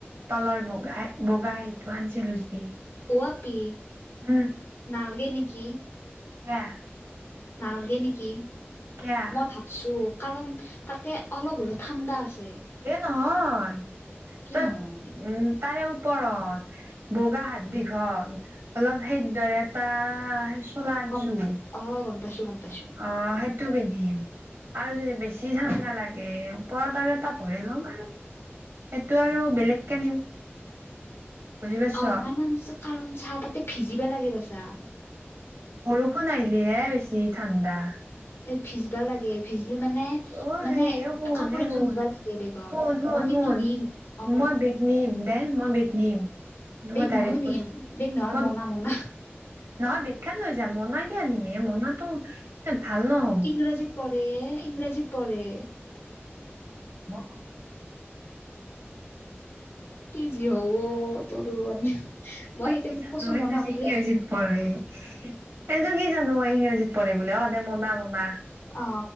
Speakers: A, on the right; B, on the left.
A: তলৰ বগা বগা সেইটো আনিছিলো যি
B: ও আপি
A: উম
B: নালগে নেকি
A: কিয়া?
B: নালগে নেকি
A: কেয়া
B: মই ভাবো চু কাৰণ তাতে অলপ হ'লো ঠাণ্ডা আছে
A: এ নহয়
B: কি
A: ত
B: নহয়
A: উম তাৰে উপ ওপৰত বগা হাত দীঘল অলপ সেই দৰে এটা চোলা আনিছো
B: গম অ গম পাইছো গম পাই
A: অ সেই টো পিন্ধিম। আৰু যদি বেছি ঠাণ্ডা লাগে ওপৰত আৰু এটা ভৰি লম আৰু। সেইটো আৰু বেলেগ কে নিম। বুজি পাইছ
B: অ কানন কাৰণ চাহ তাতে ভিজিবা লাগে বাচা
A: বৰষুণ আহিলিহে বেছি ঠাণ্ডা।
B: এ ভিজবা লাগে ভিজলি মানে
A: অ
B: মানে
A: হে এ শুন,
B: কাপোৰ
A: এ
B: একযোৰ
A: শুন,
B: নিবা লাগে বেগত
A: শুন-শুন-শুন
B: মই কিন্তু নিম অ
A: মই বেগ নিম দে মই বেক নিম।
B: বেগ
A: মই ডাইৰেক্ট
B: ময়ো নিয়ম,
A: কৈছো
B: বেগ নহয়
A: মই
B: মনা মনা।
A: নহয় বেগখান লৈ যাম মনা কিয়া নিম এ মনাটো ভাল নহ
B: ইংৰাজীত পঢ়ে এ, ইংৰাজীত পঢ়ে।
A: অ
B: কি যি হ'ব তোৰ লগত, মই সেইকাৰন
A: কি জানো
B: কৈছো
A: এইটো
B: মনা
A: যে
B: বুলি।
A: ইংৰাজীত পঢ়ে। এইটো কি জানো মই ইংৰাজীত পঢ়িম বুলি, অহ দে মনা মনা।
B: অ